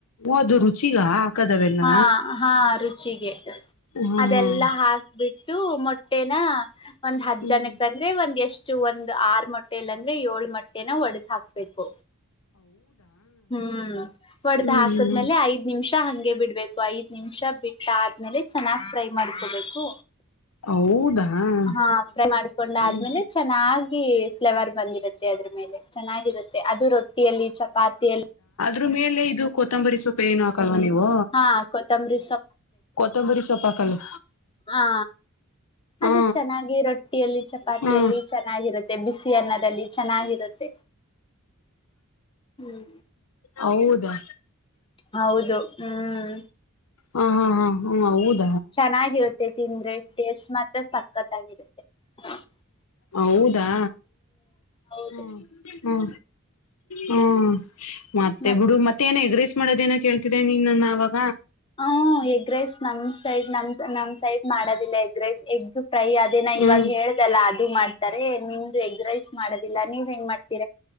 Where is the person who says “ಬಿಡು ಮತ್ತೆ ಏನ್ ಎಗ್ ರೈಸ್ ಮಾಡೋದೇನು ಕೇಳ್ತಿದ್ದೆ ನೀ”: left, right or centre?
Left